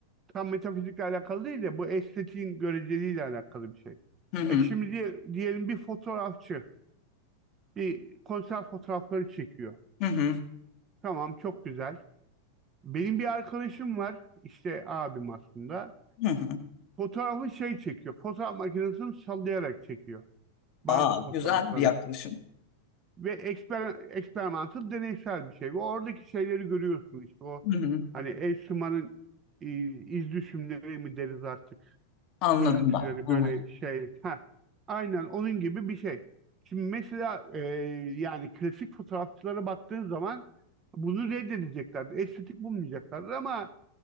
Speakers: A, on the right; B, on the left.
A: Tam metafizikle alakalı değil de bu estetiğin göreceliğiyle alakalı bir şey.
B: Hı hı
A: E şimdi diye- diyelim bir fotoğrafçı bir konser fotoğrafları çekiyor.
B: hı hı.
A: Tamam çok güzel. Benim bir arkadaşım var işte abim aslında.
B: hı hı.
A: Fotoğrafı şey çekiyor. Fotoğraf makinesini sallayarak çekiyor. Bazı
B: Aa,
A: fotoğrafları.
B: güzel bir yaklaşım.
A: ve eksper, eksperimental deneysel bir şey. Ve oradaki şeyleri görüyorsun işte o
B: Hı hı,
A: hani el e, iz düşümleri mi deriz artık
B: anladım
A: görüntüleri
B: ben. Hı
A: böyle
B: hı.
A: şey. Ha, aynen onun gibi bir şey. Şimdi mesela e, yani klasik fotoğrafçılara baktığın zaman bunu reddedeceklerdi. Estetik bulmayacaklardı ama